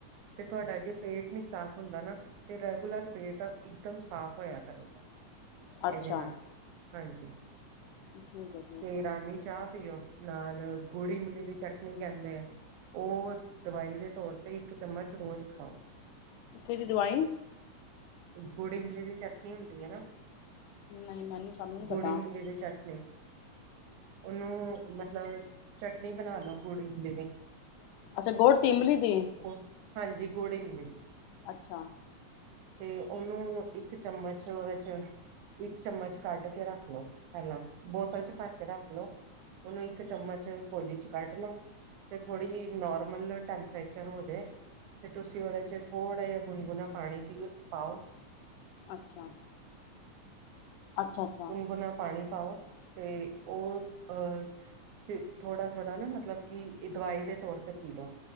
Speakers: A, on the right (about 80°); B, on the left (about 85°).
A: ਤੇ ਤੁਹਾਡਾ ਜੇ ਪੇਟ ਨਾ ਸਾਫ਼ ਹੁੰਦਾ ਨਾ ਤੇ ਰੈਗੂਲਰ ਪੇਟ ਇਕਦਮ ਸਾਫ਼ ਹੋਇਆ ਕਰੇਗਾ ਇਹਦੇ
B: ਅੱਛਾ
A: ਨਾਲ ਹਾਂਜੀ
B: ਠੀਕ ਹੈ ਠੀਕ
A: ਤੇ
B: ਹੈ
A: ਰਾਨੀ ਚਾਹ ਪੀਓ <unintelligible> ਨਾਲ ਗੁੜ ਇਮਲੀ ਦੀ ਚਟਨੀ ਕਹਿੰਦੇ ਆ ਉਹ ਦਵਾਈ ਦੇ ਤੌਰ ਤੇ ਇੱਕ ਚਮਚ ਰੋਜ਼ ਖਾਓ
B: ਕਿਹੜੀ ਦਵਾਈ
A: ਹਮ ਗੂੜ ਇਮਲੀ ਦੀ ਚਟਨੀ ਹੁੰਦੀ ਹੈ ਨਾ
B: ਨਹੀਂ ਮੈਨੂੰ ਸਾਨੂੰ ਨੀ ਪਤਾ
A: ਗੁੜ ਇਮਲੀ ਦੀ ਚਟਨੀ ਉਹਨੂੰ ਮਤਲਬ ਚਟਨੀ ਬਣਾ ਲੋ ਗੂੜ ਇਮਲੀ ਦੀ
B: ਅੱਛਾ ਗੂੜ ਤੇ ਇਮਲੀ ਦੀ
A: ਉਹ ਹਾਂਜੀ ਗੁੜ ਇਮਲੀ ਦੀ
B: ਅੱਛਾ
A: ਤੇ ਉਹ। ਉਹਨੂੰ ਇੱਕ ਚਮਚ ਉਹਦੇ ਚ ਇੱਕ ਚਮਚ ਕੱਢ ਕੇ ਰੱਖ ਲਓ ਪਹਿਲਾਂ ਬੋਤਲ ਚ ਭਰ ਕੇ ਰੱਖ ਲਓ ਉਹਨੂੰ ਇੱਕ ਚਮਚ ਕੋਲੀ ਚ ਕੱਢ ਲਓ ਤੇ ਥੋੜ੍ਹੀ ਜਿਹੀ ਨੋਰਮਲ ਟੈਂਪਰੇਚਰ ਹੋ ਜਾਏ ਤੇ ਤੁਸੀਂ ਉਹਦੇ ਚ ਥੋੜ੍ਹਾ ਜਿਹਾ ਗੁਣਗੁਣਾ ਪਾਣੀ ਪੀਓ। ਪਾਉ।
B: ਅੱਛਾ। ਅੱਛਾ ਅੱਛਾ
A: ਗੁਨਗੁਣਾ ਪਾਣੀ ਪਾਓ। ਤੇ ਉਹ ਅ। ਤੁਸੀਂ ਥੋੜ੍ਹਾ ਥੋੜ੍ਹਾ ਨਾ ਮਤਲਬ ਕਿ ਇਹ ਦਵਾਈ ਦੇ ਤੌਰ ਤੇ ਪੀ ਲੋ